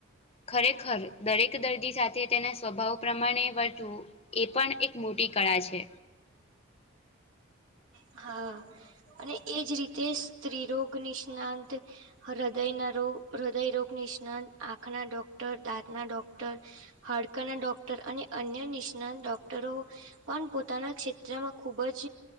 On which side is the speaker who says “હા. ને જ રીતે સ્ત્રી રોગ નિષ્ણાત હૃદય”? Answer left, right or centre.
Right